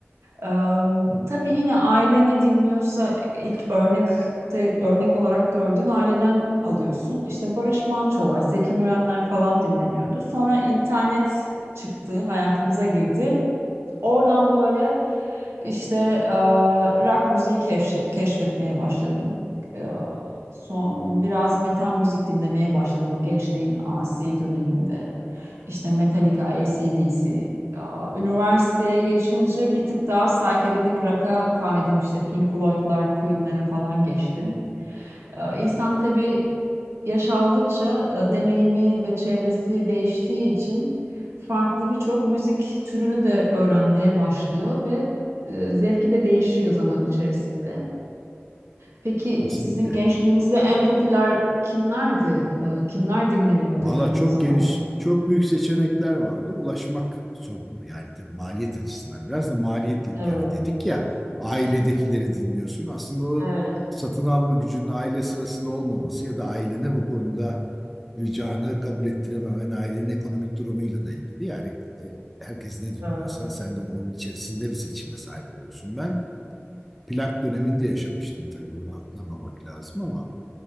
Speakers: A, on the right; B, in the centre.
A: Ee, tabii yine aile ne dinliyorsa ilk örnekte örnek olarak gördüğün aileden alıyorsun. İşte Barış Manço'lar, Zeki Mürenler falan dinleniyordu. Sonra internet çıktı, hayatımıza girdi. Oradan böyle işte e, rock müziği keşfet, keşfetmeye başladım. E, son biraz metal müzik dinlemeye başladım o gençliğin asi döneminde. İşte Metallica, AC/DC. E, üniversiteye geçince bir tık daha psychedelic rock'a kaydım. İşte Pink Floyd'lar, Queen'lere falan geçtim. E, insan tabii yaş aldıkça e, deneyimi ve çevresi değiştiği için farklı birçok müzik türünü de öğrenmeye başlıyor ve e, zevki de değişiyor zaman içerisinde. Peki
B: Kesinlikle.
A: sizin gençliğinizde en popüler kimlerdi? E, Kimler dinleniyordu
B: Valla
A: yani
B: çok
A: o zaman?
B: geniş, çok büyük seçenekler vardı. Ulaşmak sorundu. Yani tabii maliyet açısından biraz da maliyetli.
A: Evet,
B: Yani dedik ya ailedekileri dinliyorsun. Aslında o
A: evet,
B: satın alma gücünün aile sırasında olmaması ya da ailene bu konuda ricanı kabul ettirememen ailenin ekonomik durumuyla da ilgili. Yani e, herkes ne dinliyorsa
A: evet,
B: sen de onun içerisinde bir seçime sahip oluyorsun. Ben plak döneminde yaşamıştım tabii onu atlamamak lazım ama